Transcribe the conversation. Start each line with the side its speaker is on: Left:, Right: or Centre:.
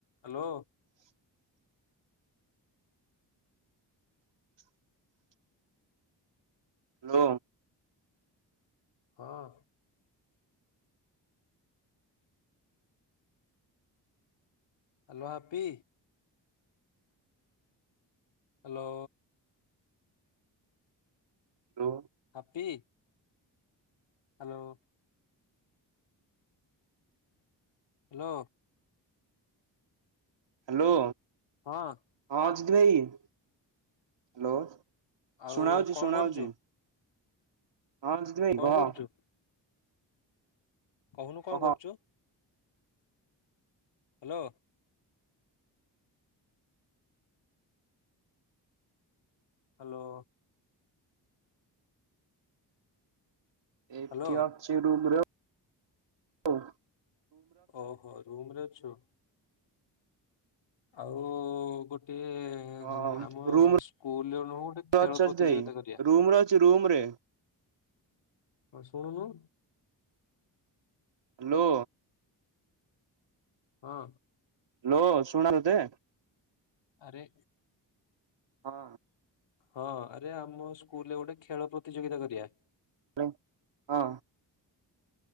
Left: Hello.
Right: <inaudible> <inaudible> ଲୋ।
Left: ହଁ। Hello happy? Hello.
Right: ଲୋ।
Left: Happy. Hello. Hello.
Right: Hello.
Left: ହଁ।
Right: ହଁ ଅଜିତି ଭାଇ ହାଲୋ
Left: ଆଉ
Right: ଶୁଣାହଉଛି
Left: କଣ
Right: ଶୁଣାହଉଛି।
Left: କରୁଛୁ
Right: ହଁ ଅଜିତି ଭାଇ
Left: କଣ
Right: କହ?
Left: କରୁଛୁ କହୁନୁ କଣ
Right: କହ
Left: କର୍ଚୁ? ହାଲୋ। ହାଲୋ।
Right: ଏଇଠି
Left: ହ୍ୟାଲୋ
Right: ଅଛି ରୁମ୍ ରେ ଅଉ
Left: ଓହୋ ରୁମ୍ ରେ ଅଛୁ। ଆଉ ଗୋଟିଏ ହେ
Right: ହଁ
Left: ହେମ ଆମ
Right: ରୁମରେ
Left: ସ୍କୁଲ୍ ରେ ନୁହଁ ଗୋଟେ ଖେଳ
Right: ଅଛି ଅଜିତ
Left: ପ୍ରତିଯୋଗିତା
Right: ଭାଇ
Left: କରିବା।
Right: ରୁମରେ ରୁମରେ
Left: ହଉ ଶୁଣୁନୁ?
Right: ହ୍ୟାଲୋ।
Left: ହଁ।
Right: ହ୍ୟାଲୋ ଶୁଣା ତତେ
Left: ଆରେ
Right: ହଁ
Left: ହଁ ଆରେ ଆମ ସ୍କୁଲରେ ଗୋଟେ ଖେଳ ପ୍ରତିଯୋଗିତା କରିବା?
Right: ହ ହଁ।